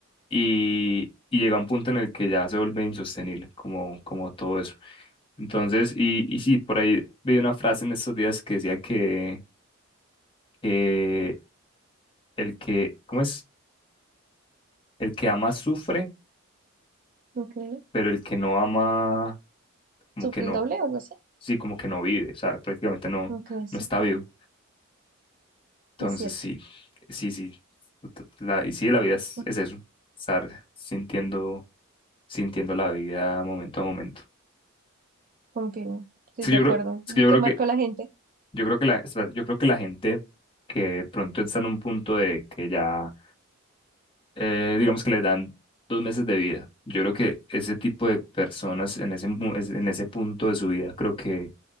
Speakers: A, on the left; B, on the right.
A: y, y llega un punto en el que ya se vuelve insostenible, como, como todo eso. Entonces, y, y sí, por ahí vi una frase en estos días que decía que, que el que, ¿cómo es? El que ama sufre,
B: Ok.
A: pero el que no ama, como
B: ¿Sufre
A: que no,
B: el doble o algo así?
A: sí, como que no vive, o sea, prácticamente no,
B: Ok, sí,
A: no está
B: claro.
A: vivo. Entonces,
B: Es cierto.
A: sí, sí, sí, t- la, y sí, la vida es,
B: co-
A: es eso, estar sintiendo, sintiendo la vida momento a momento.
B: Confirmo. Estoy
A: Es que
B: de
A: yo
B: acuerdo.
A: creo, es
B: Vi
A: que yo
B: que
A: creo
B: marcó
A: que
B: la gente.
A: Yo creo que la, espera, yo creo que la gente que de pronto está en un punto de que ya, eh, digamos que les dan dos meses de vida. Yo creo que ese tipo de personas en ese, mu- es- en ese punto de su vida, creo que,